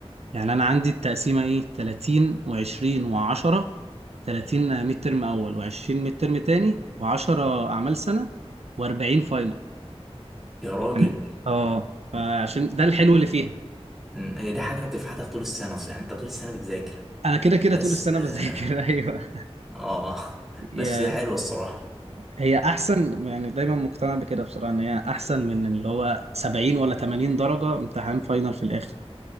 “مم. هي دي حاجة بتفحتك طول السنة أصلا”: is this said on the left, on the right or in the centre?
Centre